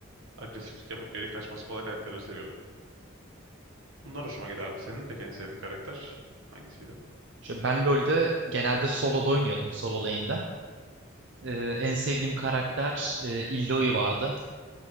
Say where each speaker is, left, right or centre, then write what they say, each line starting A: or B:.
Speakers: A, on the right; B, on the right.
A: agresiflik yapıp geri kaçması kolay karakterleri seviyordum. Bunlar hoşuma giderdi. Senin peki en sevdiğin karakter hangisiydi?
B: Şöyle ben LoL'de genelde solo'da oynuyordum, solo lane'de. Ee, en sevdiğim karakter e, Illaoi vardı.